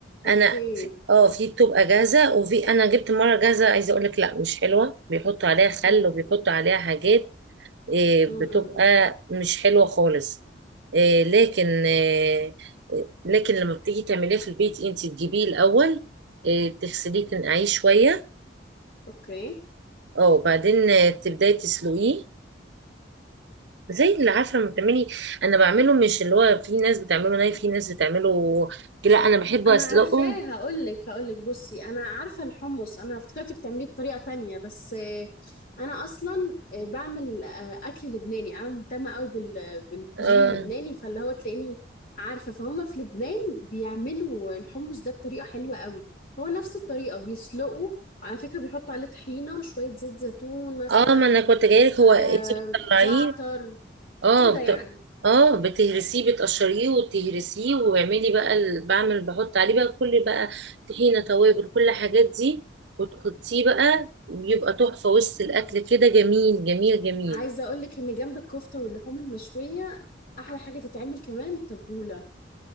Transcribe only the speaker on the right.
انا اه في بتبقى جاهزة وفي انا جبت مرة جاهزة عايزة اقولك لا مش حلوة بيحطوا عليها خل
وبيحطوا عليها حاجات إيه، بتبقى
مش حلوة خالص إيه، لكن إيه، لكن لما بتيجي تعمليه في البيت انت تجيبيه الأول إيه، تغسليه تنقعيه شوية
اه وبعدين آه، تبداي تسلقيه زي اللي عارفة لما بتعملي أنا بعمله مش اللي هو في ناس بتعمله ناي في ناس بتعمله لا أنا بحبه
أسلقه
اه
آه، ما أنا كنت جايلك هو
انت بتطلعيه
اه
بت...
اه بتهرسيه بتقشريه وتهرسيه واعملي بقى ال... بعمل بحط عليه بقى كل بقى طحينة توابل كل الحاجات دي وتحطيه بقى بيبقى تحفة وسط الأكل كده جميل جميل جميل